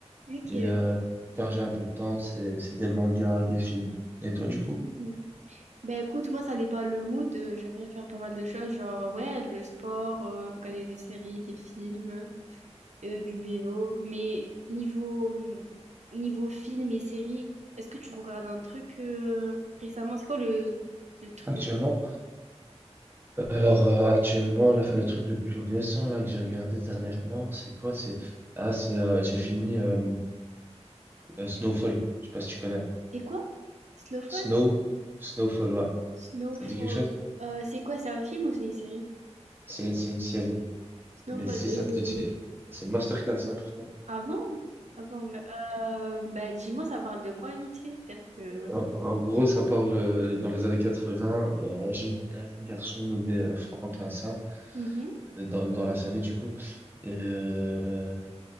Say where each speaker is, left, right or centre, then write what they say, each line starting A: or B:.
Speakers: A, on the right; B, on the right.
A: Ok.
B: et euh, quand j'ai un peu de temps, c'est c'est des mangas, des films. Et toi du coup,
A: Mhm. Ben écoute, moi, ça dépend le mood. euh, J'aime bien faire pas mal de choses, genre, euh, ouais, le sport, euh, regarder des séries, des films, euh, du vélo. Mais niveau, hum, niveau film et séries, est-ce que tu regardes un truc euh, récemment? C'est quoi le, le truc
B: actuellement?
A: le plus...
B: Alors euh, actuellement, là, 'fin, le truc le plus récent là que j'ai regardé dernièrement, c'est quoi? C'est ah c'est euh, j'ai fini euh, euh, Snowfall. Je sais pas si tu connais.
A: C'est quoi? Snowfall?
B: Snow Snowfall, ouais.
A: Snowfall.
B: Ça te dit quelque chose?
A: Euh, c'est quoi? C'est un film ou c'est une série?
B: C'est c'est une série.
A: Snowfall.
B: Mais si
A: Euh...
B: ça te dit, c'est une masterclass hein, pourtant.
A: Ah bon? Ah bon. Euh, bah dis-moi, ça parle de quoi vite fait? Parce que.
B: En, en gros, ça parle euh, dans les années 80, euh, un jeune, un jeune garçon nommé euh, Franck Lincin,
A: Mhm.
B: euh, dans, dans la série du coup. Et, euh,